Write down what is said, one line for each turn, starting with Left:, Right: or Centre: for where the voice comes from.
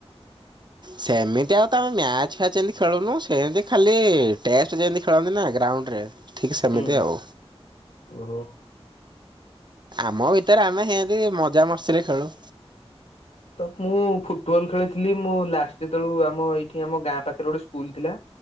Right: ସେମିତି ଆଉ ତମେ ମ୍ୟାଚ ଫ୍ୟାଚ ଏମିତି ଖେଳନୁ ସେନ୍ତି ଖାଲି ଟେଷ୍ଟ ଯେମିତି ଖେଳନ୍ତି ନା ଗ୍ରାଉଣ୍ଡରେ ଠିକ୍ ସେମିତି
Left: ହୁଁ
Right: ଆଉ।
Left: ଓହୋ।
Right: ଆମ ଭିତରେ ଆମେ ସେତି ମଜା ମସ୍ତିରେ ଖେଳୁ।
Left: ତ ମୁଁ ଫୁଟବଲ ଖେଳିଥିଲି ମୁଁ ଲାଷ୍ଟ ଯେତେବେଳୁ ଆମ ଏଇଠି ଆମ ଗାଁ ପାଖରେ ଗୋଟେ ସ୍କୁଲ ଥିଲା